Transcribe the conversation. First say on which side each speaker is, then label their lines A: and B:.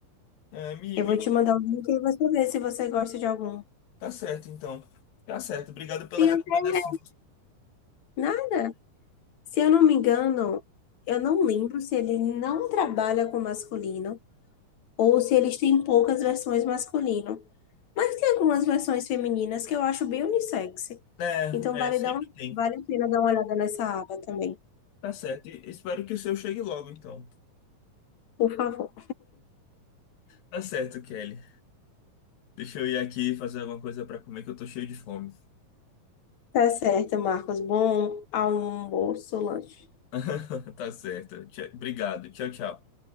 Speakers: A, on the left; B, on the left.
A: É, me,
B: Eu
A: me...
B: vou te mandar o link e você vê se você gosta de algum.
A: Tá certo, então. Tá certo. Obrigado pela
B: Tem
A: recomendação.
B: até né? nada. Se eu não me engano, eu não lembro se ele não trabalha com masculino ou se eles têm poucas versões masculino. Mas tem algumas versões femininas que eu acho bem unissex.
A: É,
B: Então vale
A: é, sempre
B: dar um-
A: tem.
B: vale a pena dar uma olhada nessa aba também,
A: Tá certo. E espero que o seu chegue logo, então.
B: por favor.
A: Tá certo, Kelly. Deixa eu ir aqui fazer alguma coisa pra comer, que eu tô cheio de fome.
B: Tá certo, Marcos. Bom almoço, lanche.
A: <laughs> Tá certo. Tchau- Obrigado. Tchau, tchau.